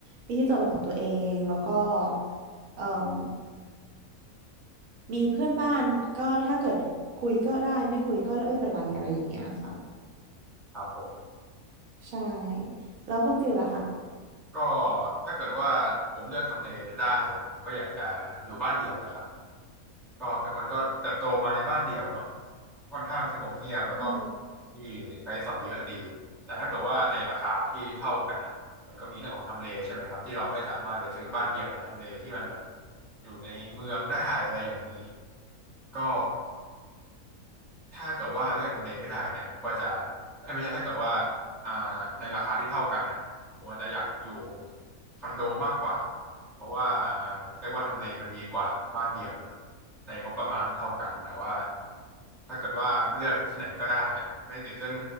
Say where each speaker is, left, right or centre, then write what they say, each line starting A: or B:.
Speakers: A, on the right; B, in the centre.
A: มีที่จอดเป็นของตัวเองแล้วก็เอ่มมีเพื่อนบ้านก็ถ้าเกิดคุยก็ได้ไม่คุยก็ไม่เป็นไรอะไรอย่างเงี้ยค่ะ
B: ครับผม
A: ใช่แล้วคุณฟิลล่ะคะ
B: ก็ถ้าเกิดว่าผมเลือกทำเลได้ผมก็อยากจะอยู่บ้านเดี่ยวแหละครับก็เป็นคนก็เติบโตมาในบ้านเดี่ยวเนาะค่อนข้างสงบเงียบแล้วก็
A: อืม
B: ที่ใช้สอยเยอะดีแต่ถ้าเกิดว่าในราคาที่เท่ากันอ่ะมันก็มีเรื่องของทำเลใช่ไหมครับที่เราไม่สามารถไปซื้อบ้านเดี่ยวในทำเลที่มันแบบอยู่ในเมืองได้อะไรอย่างนี้ก็ ถ้าเกิดว่าเลือกทำเลไม่ได้เนี่ยผมก็จะเอ้ยไม่ใช่ถ้าเกิดว่าอ่าในราคาที่เท่ากันน่ะผมอาจจะอยากอยู่คอนโดมากกว่าเพราะว่าอ่าเรียกว่าทำเลมันดีกว่าบ้านเดี่ยวเนอะในงบประมาณที่เท่ากันแต่ว่าถ้าเกิดว่าเลือกที่ไหนก็ได้อะไม่ติดเรื่อง